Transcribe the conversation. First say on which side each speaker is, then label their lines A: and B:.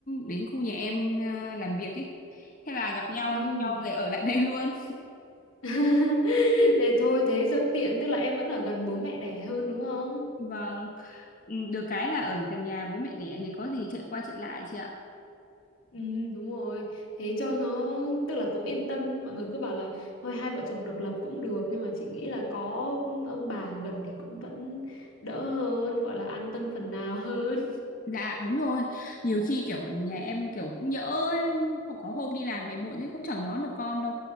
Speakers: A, on the left (about 40°); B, on the left (about 80°).
A: đến khu nhà em ờ, làm việc ấy. Thế là gặp nhau
B: ừ
A: yêu nhau rồi ở lại <laughs> đây luôn.
B: <laughs> thế thôi thế cho tiện tức là em vẫn ở gần bố mẹ đẻ hơn đúng không
A: Vâng, Ừm, được cái là ở gần nhà bố mẹ đẻ thì có gì chạy qua chạy lại chị ạ.
B: ừ đúng rồi thế cho nó tức là cũng yên tâm mọi người cứ bảo là thôi hai vợ chồng độc lập cũng được nhưng mà chị nghĩ là có ông bà gần thì cũng vẫn đỡ hơn gọi là an tâm phần nào hơn
A: Dạ đúng rồi Nhiều khi kiểu nhà em kiểu cũng nhỡ ấy. Có hôm đi làm về muộn ấy cũng chẳng đón được con đâu